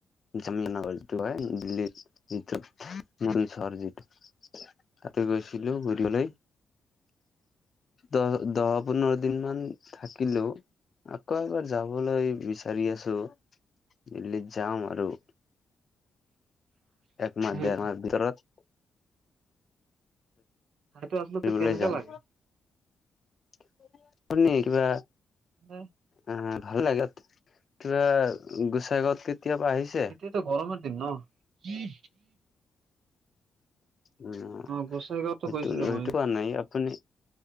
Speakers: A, on the left; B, on the right.
A: জামীয় নগৰ যিটো হয়। দিল্লী য'ত মুৰিন চহৰ যিটো। তাতে গৈছিলো ঘূৰিবলৈ। দহ -দহ পোন্ধৰ দিন মান থাকিলো। আকৌ এবাৰ যাবলৈ বিচাৰি আছো দিল্লীত যাম আৰু। এক মাহ
B: সেই
A: দেৰ মাহ ভিতৰত।
B: ঠাইতো আচলতে
A: ফুৰিবলৈ
B: কেনেকে
A: যাম
B: লাগে?
A: শনি কিবা।
B: অ'
A: অ' ভাল লাগে কিবা গোসাই গত কেতিয়াবা আহিছে।
B: এতিয়াতো গৰমৰ দিন ন'
A: উম
B: অ গোসাইগাঁৱতো
A: সেইটো-
B: গৈছিলো
A: সেইটো
B: মই
A: কোৱা নাই আপুনি।